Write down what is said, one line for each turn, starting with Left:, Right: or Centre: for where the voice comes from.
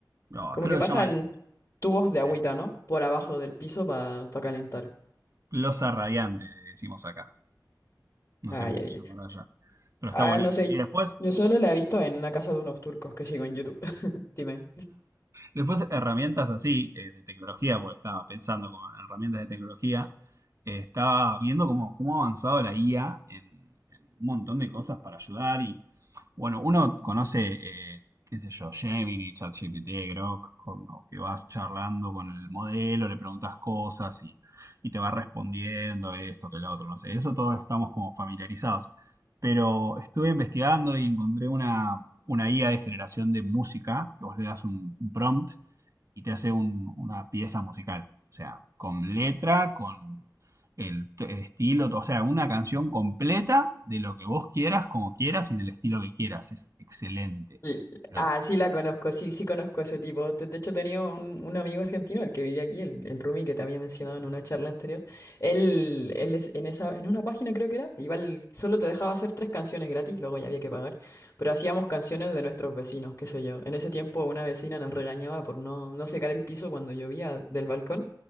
Right: No,
Left: Como
Right: creo
Left: que
Right: que
Left: pasan
Right: se llama
Left: tubos de
Right: eh,
Left: agüita, ¿no? Por abajo del piso para calentar.
Right: losa radiante, decimos acá. No
Left: Ay,
Right: sé cómo se
Left: ay,
Right: llamará
Left: ay.
Right: allá. Pero
Left: Ah,
Right: está buenísimo.
Left: no sé.
Right: Y después,
Left: Yo solo la he visto en una casa de unos turcos que sigo en YouTube. <laughs> Dime.
Right: Después, herramientas así, eh, de tecnología, porque estaba pensando con herramientas de tecnología, eh, estaba viendo cómo, cómo ha avanzado la IA en, en un montón de cosas para ayudar. Y bueno, uno conoce, eh, qué sé yo, Gemini, ChatGPT, Grok, cuando que vas charlando con el modelo, le preguntas cosas y, y te va respondiendo esto, que lo otro, no sé. Eso todos estamos como familiarizados. Pero estuve investigando y encontré una, una IA de generación de música, que vos le das un, un prompt y te hace un- una pieza musical. O sea, con letra, con el, el estilo, o sea, una canción completa de lo que vos quieras, como quieras y en el estilo que quieras. Es excelente.
Left: L-
Right: Pero,
Left: Ah, sí la conozco, sí, sí conozco a ese tipo. Te- De hecho, tenía un, un amigo argentino, el que vivía aquí, el, el Rumi que te había mencionado en una charla anterior. Él, él es- en esa, en una página creo que era, igual solo te dejaba hacer tres canciones gratis, luego ya había que pagar. Pero hacíamos canciones de nuestros vecinos, qué sé yo. En ese tiempo una vecina nos regañaba por no, no secar el piso cuando llovía del balcón,